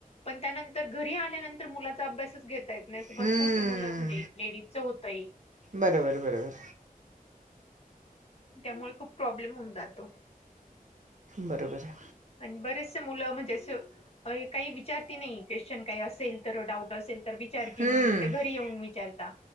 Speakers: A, on the left; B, on the right.
A: पण त्यानंतर घरी आल्यानंत तर मुलाचा अभ्यासच घेता येत नाही, भरपूर
B: हम्म
A: मुलं म्हणजे लेडीजचं होतंय.
B: बरोबर बरोबर
A: त्यामुळे खूप प्रॉब्लेम होऊन जातो.
B: बरोबर आहे.
A: आणि बरेचसे मुलं म्हणजे अस काही विचारते नाही क्वेश्चन काही असेल तर, डाऊट असेल विचार
B: हम्म
A: मग घरी येऊन विचारता.